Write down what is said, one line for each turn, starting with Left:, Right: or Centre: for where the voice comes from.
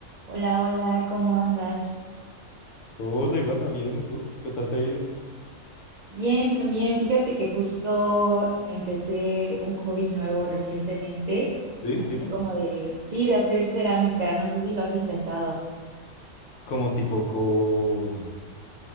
Right: Hola, hola, ¿cómo andas?
Left: Hola Ivana, bien, ¿y tú? ¿Qué tal te ha ido?
Right: Bien, también. Fíjate que justo empecé un hobby nuevo recientemente,
Left: Sí,
Right: así
Left: dime.
Right: como de, sí, de hacer cerámica. No sé si lo has intentado.
Left: Como tipo con...